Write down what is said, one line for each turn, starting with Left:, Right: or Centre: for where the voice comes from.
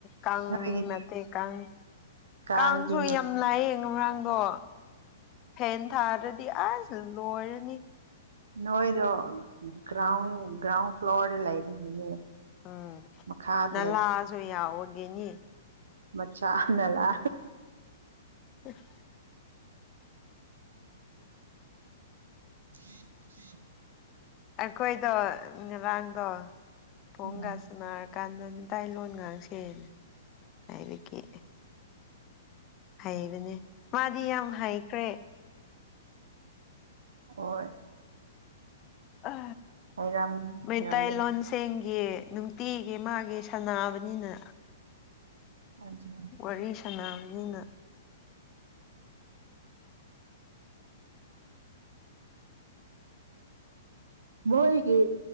Left: ꯀꯪ
Right: ꯅꯣꯏꯒꯤꯗꯤ
Left: ꯅ ꯀꯪ <unintelligible>
Right: ꯀꯥꯡꯗꯤ
Left: ꯀꯥꯡꯁꯨ ꯌꯥꯝ ꯂꯥꯛꯌꯦ <unintelligible> ꯗꯣ ꯐꯦꯟ ꯊꯥꯗꯔꯗꯤ ꯑꯁ ꯂꯣꯏꯔꯅꯤ꯫
Right: ꯅꯣꯏꯗꯣ ꯒ꯭ꯔꯥꯎꯟ ꯒ꯭ꯔꯥꯎꯟ ꯐ꯭ꯂꯣꯔꯗ ꯂꯩꯕꯒꯤꯅꯦ꯫
Left: ꯎꯝ
Right: ꯃꯈꯥꯗ
Left: ꯅꯂꯁꯨ <unintelligible>
Right: ꯃꯆꯥꯥ ꯅꯥꯂꯥ
Left: <unintelligible> <inaudible>
Right: <unintelligible> <inaudible>
Left: ꯑꯩꯈꯣꯏꯗꯣ ꯔꯥꯡꯗꯣ ꯄꯣꯟꯒꯥꯁꯅ
Right: ꯎꯝ
Left: ꯀꯥꯟꯗ ꯃꯤꯇꯥꯏ ꯂꯣꯟ ꯉꯥꯡꯁꯦ ꯂꯥꯏꯔꯤꯛꯀꯤ꯫ ꯍꯩꯕꯅꯦ ꯃꯥꯗꯤ ꯌꯥꯝ ꯍꯩꯈ꯭ꯔꯦ
Right: ꯍꯣꯏ
Left: ꯑ
Right: ꯂꯩꯔꯝ
Left: ꯃꯩꯇꯩ
Right: ꯂꯩꯔꯝꯒꯅꯤ
Left: ꯂꯣꯟꯁꯤꯡꯒꯤ ꯅꯨꯡꯇꯤꯒꯤ ꯃꯥꯗꯤ ꯁꯅꯥꯕꯅꯤꯅ
Right: ꯑꯗꯨ
Left: ꯋꯥꯔꯤ ꯁꯅꯥꯕꯅꯤꯅ
Right: ꯃꯣꯏꯒꯤ